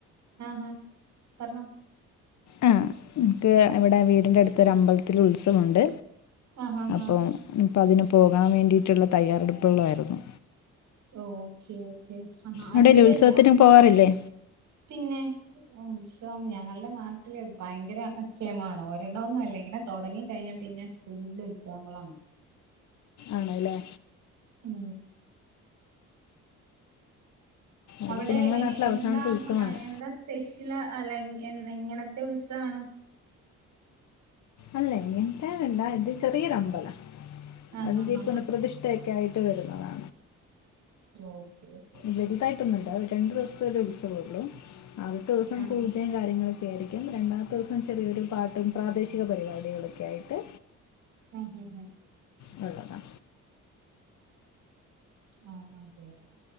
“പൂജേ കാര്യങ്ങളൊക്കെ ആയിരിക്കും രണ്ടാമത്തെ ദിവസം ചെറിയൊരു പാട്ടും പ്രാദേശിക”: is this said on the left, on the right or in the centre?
Left